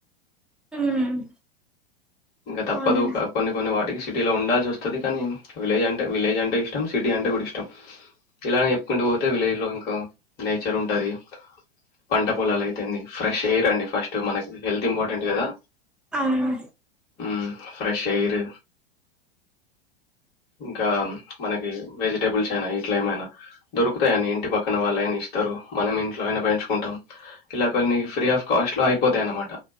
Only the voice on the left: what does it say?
ఇంకా తప్పదు
కొన్ని కొన్ని వాటికి సిటీలో ఉండాల్సి వస్తది కానీ విలేజ్ అంటే విలేజ్ అంటే ఇష్టం సిటీ అంటే కూడా ఇష్టం ఇలా చెప్పుకుంటూ పోతే విలేజ్ లో ఇంకా నేచర్ ఉంటది పంట పొలాలు అయితేని ఫ్రెష్ ఎయిర్ అండి ఫస్ట్ మనకి హెల్త్ ఇంపార్టెంట్ కదా
మ్ ఫ్రెష్ ఎయిర్ ఇంకా మనకి వెజిటేబుల్స్ అయిన ఇట్లేమైనా దొరుకుతాయని ఇంటి పక్కన వాళ్ళైనా ఇస్తారు మనం ఇంట్లో అయిన పెంచుకుంటాం ఇలా కొన్ని ఫ్రీ ఆఫ్ కాస్ట్ లో అయిపోతాయన్నమాట